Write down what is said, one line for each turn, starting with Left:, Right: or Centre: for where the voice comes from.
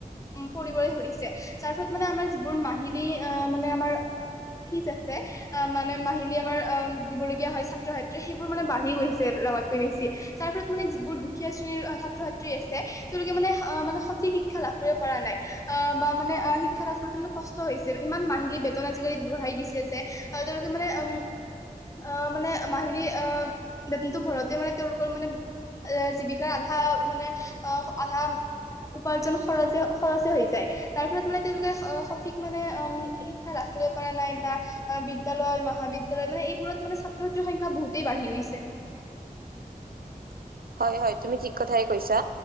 Left: কৰিবলৈ ধৰিছে তাৰ ফলত মানে আমাৰ যিবোৰ মাহিলী আহ মানে আমাৰ। ফিজ আছে অ মানে মাহিলী আমাৰ অ দিবলগীয়া হয় ছাত্ৰ ছাত্ৰী সেইবোৰ মানে বাঢ়ি গৈছে। লগকৈ আহিছে। তাৰ ফলত মানে যিবোৰ দুখীয়া শ্ৰেণীৰ ছাত্ৰ ছাত্ৰী আছে তেওঁলোকে মানে অ মানে সঠিক শিক্ষা লাভ কৰিব পৰা নাই। অ বা মানে অ শিক্ষা নাস্ৰ মে কষ্ট হৈছে ইমান মাহিলী বেতন আজিকালি বঢ়াই দিছে যে। তেওঁৰ মানে উ অ মানে মাহি অ বনতো ভৰাওতে মানে তেওঁ। মানে এ জীৱিকাৰ আধা মানে আহ আধা। উপাৰ্জন খৰে খৰচে হৈ যায় তাৰ ফলত মানে তেওঁলোকে সঠিক মানে উ শিক্ষা লা। কৰা নাই বা বিদ্যালয় মহাবিদ্যালয় মানে এইবোৰত মানে ছাত্ৰ ছাত্ৰীৰ সংখ্যা বহুতেই বাঢ়ি গৈছে
Right: <unintelligible> হয় হয় তুমি ঠিক কথাই কৈছা